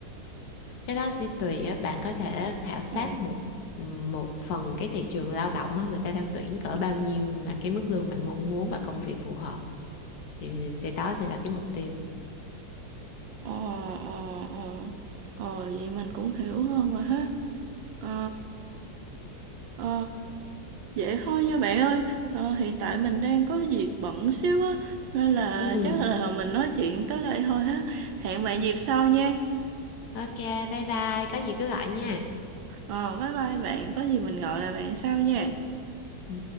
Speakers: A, on the left; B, on the right.
A: Cái đó sẽ tùy á, bạn có thể khảo sát
B: Ờ
A: một một phần cái thị trường lao động á, người ta đang tuyển cỡ bao nhiêu mà cái mức lương bạn mong muốn và công việc phù hợp thì sẽ đó sẽ là cái mục tiêu.
B: ờ ờ ờ ờ vậy mình cũng hiểu hơn rồi ha. Ờ ờ vậy thôi nha bạn ơi. Ờ, hiện tại mình đang có việc bận xíu á nên là
A: Ừ,
B: chắc là mình nói chuyện tới đây thôi ha. Hẹn bạn dịp sau nha.
A: ok, bye bye, có gì cứ gọi nha.
B: Ờ bye bye bạn, có gì mình gọi là bạn sau nha.
A: Ừ.